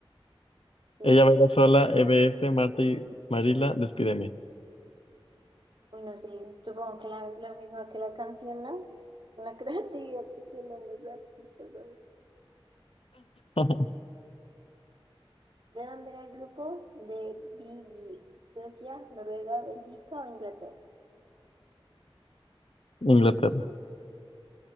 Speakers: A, on the right (about 55°); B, on the left (about 75°).
A: Y
B: Ella Baila Sola, EBS, Marta y Marila, Despídeme.
A: bueno, sí, supongo que la, la misma que la canción, ¿no? La <laughs> creatividad que tienen los artistas, ¿sabes?
B: <laughs>
A: ¿De dónde era el grupo? De Bee Gees. Suecia, Noruega, Bélgica o Inglaterra.
B: Inglaterra.